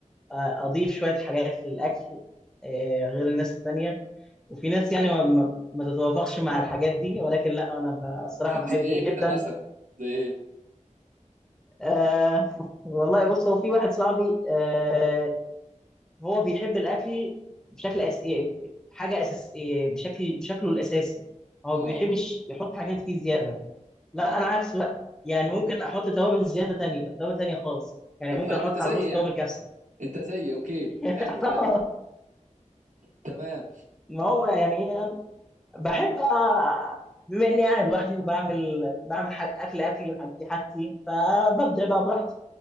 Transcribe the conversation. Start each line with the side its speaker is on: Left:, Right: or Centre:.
Centre: آه، أضيف شوية حاجات للأكل آه، غير الناس التانية وفي ناس يعني ما, ما ما تتوافقش مع الحاجات دي ولكن لا أنا ب- الصراحة بحب
Right: زي ايه
Centre: جدا
Right: كده مثلا زي ايه
Centre: أه <laughs> والله بص هو في واحد صاحبي أه هو بيحب الأكل بشكل أس... يعني حاجة أساس يعني بشكل بشكله الأساسي هو
Right: اه
Centre: ما بيحبش يحط حاجات فيه زيادة لا
Right: اه
Centre: أنا عكس بقى يعني ممكن أحط توابل زيادة تانية توابل تانية خالص يعني
Right: طب
Centre: ممكن
Right: حلو
Centre: أحط
Right: انت زي
Centre: على الرز توابل
Right: يعني
Centre: كبسة
Right: انت زي اوكي
Centre: <laughs>
Right: حلو حلو
Centre: آه،
Right: تمام
Centre: ما هو يعني ايه يعني بحب أ- بما اني قاعد لوحدي وبعمل بعمل حاج- اكل اكلي وحاجتي حاجتي فببدع بقى براحتي